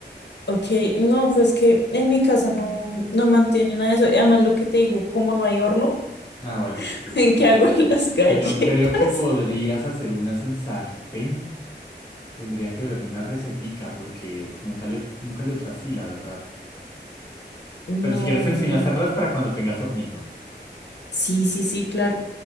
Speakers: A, on the left; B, on the left.
A: Ok, no, pues que en mi casa no, no mantienen nada de eso. Y Además, lo que te digo, como no hay horno,
B: Ah, bueno,
A: <laughs>
B: si es que eso
A: ¿en
B: es lo complicado.
A: qué hago <laughs> las galletas?
B: Que yo creo que podrías hacer unas en sartén. Tendría que verme una recetica porque uf, nunca lo he, nunca lo he hecho así, la verdad.
A: No,
B: Pero si quieres te
A: no.
B: enseño a hacerlas para cuando tengas hornito.
A: Sí, sí, sí, claro.